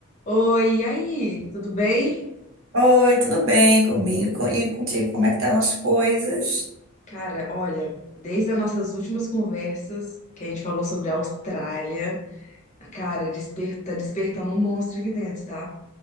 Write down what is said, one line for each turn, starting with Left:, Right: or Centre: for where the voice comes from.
Left: Oi, e aí? Tudo bem?
Right: Oi, tudo bem comigo Co- e contigo? Como é que estão as coisas?
Left: Cara, olha, desde as nossas últimas conversas, que a gente falou sobre a Austrália, cara, desper- tá despertando um monstro aqui dentro, tá?